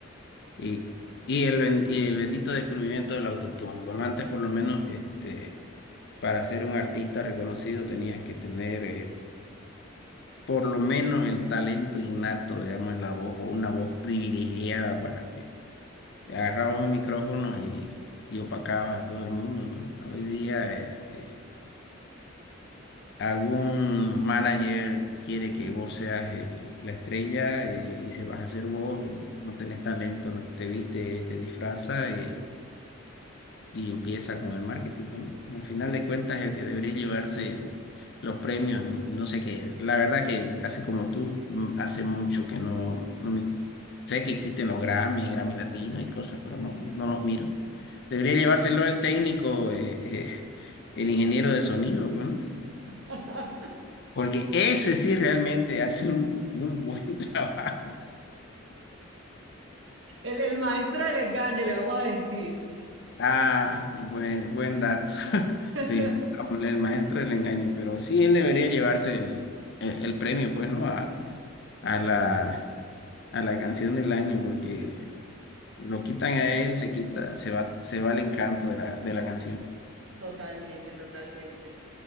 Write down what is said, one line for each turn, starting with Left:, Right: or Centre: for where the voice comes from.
Left: y, y, el, ben- y el bendito descubrimiento del autotune. Bueno, antes por lo menos este, para ser un artista reconocido tenías que tener eh, por lo menos el talento innato, digamos, en la voz o una voz privilegiada para que agarrabas un micrófono y, y opacabas a todo el mundo, ¿no? Hoy día... Este, algún manager quiere que vos seas el- la estrella eh, y dice vas a ser vos y no tenés talento, no te viste, te disfraza y, y empieza con el marketing. Bueno, al final de cuentas el que debería llevarse el- los premios, no, no sé qué. La verdad que así como tú, mm, hace mucho que no, no me- sé que existen los Grammy, Grammy Latino y cosas, pero no, no no los miro. Debería llevárselo el técnico, eh, <laughs> eh, el ingeniero de sonido, pues, ¿no?
Right: <laughs>
Left: Porque ese sí realmente hace un, un buen <laughs> trabajo.
Right: El, el maestro del engaño, le vamos a decir.
Left: Ah, buen, buen dato. <laughs>
Right: <laughs>
Left: Sí, pongámosle el maestro del engaño, pero sí, él debería llevarse el, el- el premio, pues, ¿no? A, a la, a la canción del año, porque lo quitan a él, se quita, se va, se va el encanto de la, de la canción.
Right: Totalmente, totalmente.